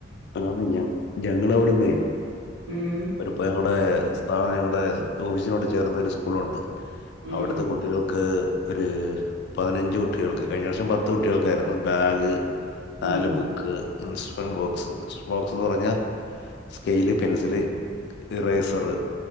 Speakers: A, on the left (about 60°); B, on the right (about 90°).
A: ആന്ന് ഞ ഞങ്ങടെവിടെന്നെ
B: ഉം
A: ഒരുപ്പ ഞങ്ങടെ സ്ഥാപനം ഞങ്ങടെ ഓഫീസിനോട് ചേർന്നൊരു സ്കൂളുണ്ട്
B: ഉം
A: അവിടുത്തെ കുട്ടികൾ ക്ക് ഒരു പതിനഞ്ച് കുട്ടികൾക്ക് കഴിഞ്ഞ പ്രാവശ്യം പത്ത് കുട്ടികൾക്കായിരുന്നു ബാഗ് നാല്
B: ഉം
A: ബുക്ക്, ഇൻസ്ട്രെമന്റ് ബോക്സ്, ബോക്സ്ന്ന് പറഞ്ഞാൽ സ്കെയില് പെൻസില് ഇറേസറ്,